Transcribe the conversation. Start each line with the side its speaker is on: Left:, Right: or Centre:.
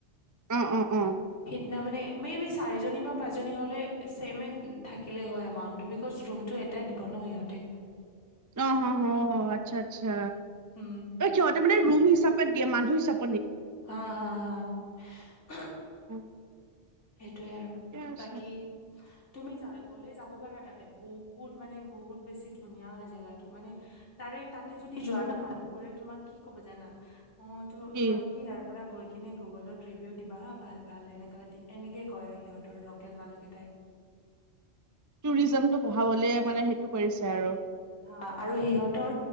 Right: অঁ-অঁ-অঁ।
Left: তাৰমানানে <unintelligible> মেইবি চাৰিজনী বা পাঁচজনী হ'লে চছেমেই থাকিলেই হয় এমাউণ্টটো, বিকজ ৰুমটো এটাই দিব ন সিহঁতে।
Right: অঁ- অঁ-অ'হ, আচ্ছা আচ্ছা।
Left: হম।
Right: এই সিহঁতে মানে ৰুম হিচাপত দিয়ে মানুহ হিচাপ
Left: হা-হা-হা। <unintelligible>
Right: উম।
Left: সে সেইটোৱে আৰু,
Right: ঠিকে আছে
Left: বাকী তুমি যা গ'লে যাব পাৰা তাতে, বহুত মানে বহুত বেছি ধুনীয়া হয় জেগাটো, মানে তাৰে তাতে যদি যোৱা ন, মানুহবোৰে তোমাক কি ক'ব জানা অ' তো
Right: কি
Left: তোমালোক ইয়াৰ পৰা গৈ কিনে গুগলত ৰিভিউ দিবা হা ভাল ভাল এনেকুৱা দি এনেকে কয় সিহঁতৰ লোকেল মানুহকেইটাই।
Right: টুৰিজম টো বঢ়াবলে মানে সেইটো কৰিছে ছে আৰু
Left: সা আৰু সিহঁতৰ